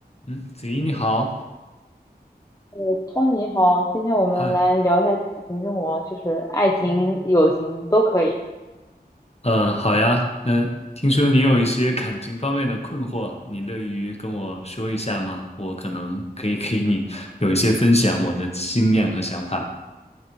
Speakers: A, on the left; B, on the left.
A: 嗯，子怡你好，
B: 我托尼好，今天我们来聊一下感情生活，
A: 嗨，
B: 就是爱情、友情都可以。
A: 嗯，好呀，嗯，听说你有一些感情方面的困惑，你乐于跟我说一下吗？我可能可以给你有一些分享我的经验和想法。